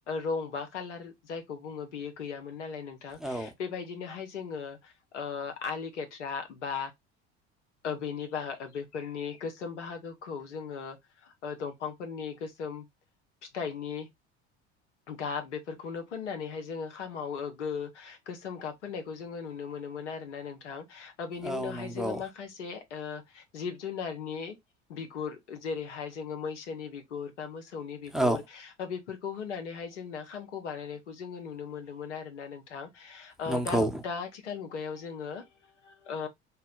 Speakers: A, on the left; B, in the centre.
A: रं बा कालार जाय बुङो बेयो गैयामोन नालाय नोंथां
B: औ
A: बेबायदिनो हाय जोङो ओ आलि खेथ्रा बा ओ बेनि बा बेफोरनि गोसोम बाहागोखौ जोङो दंफांफोरनि गोसोम फिथाइनि गाब बेफोरखौनो फोननानैहाय जोङो खामाव ओ गो गोसोम गाब फोननायखौ जोङो नुनो मोन मोनोमोन आरोना नोंथां बेनि
B: औ
A: उनावहाय
B: नंगौ
A: जोङो माखासे ओ जिब जुनारनि बिगुर जेरैहाय जोङो मैसोनि बिगुर बा मोस सौनि बिगुर
B: औ
A: बेफोरखौ होनानैहाय जोंना खामखौ बानायनायखौ जोङो नुनो मोन्दोंमोन आरोना नोंथां ओ
B: नंगौ
A: दा दा आथिखाल मुगायाव जोङो ओ